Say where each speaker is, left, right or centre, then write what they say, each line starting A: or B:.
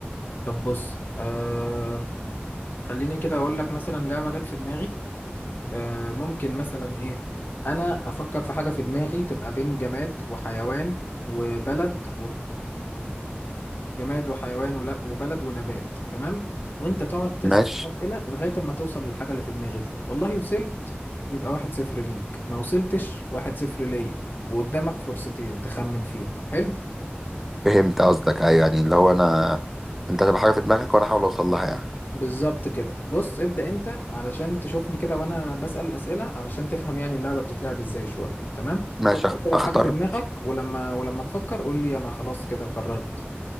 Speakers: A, on the left; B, in the centre.
A: طب بص آه خليني كده اقول لك مثلا لعبه جت في دماغي آه ممكن مثلا ايه انا افكر في حاجه في دماغي تبقى بين جماد وحيوان وبلد جماد وحيوان ولا- وبلد ونبات تمام وانت تقعد تسأل
B: ماشي
A: أسئلة لغاية اما توصل للحاجة اللي في دماغي دي والله وصلت يبقى واحد صفر ليك ما وصلتش واحد صفر ليا وقدامك فرصتين تخمن فيهم حلو
B: فهمت قصدك ايوه يعني اللي هو انا انت هتبقى حاجه في دماغك وانا احاول اوصل لها يعني
A: بالظبط كده بص ابدأ انت علشان تشوفني كده وانا بسأل الأسئلة علشان تفهم يعني اللعبة بتتلعب ازاي شوية تمام
B: ماشي
A: فكر
B: اخ-
A: كده
B: اختار
A: في حاجة في دماغك ولما ولما تفكر قول لي انا خلاص كده قررت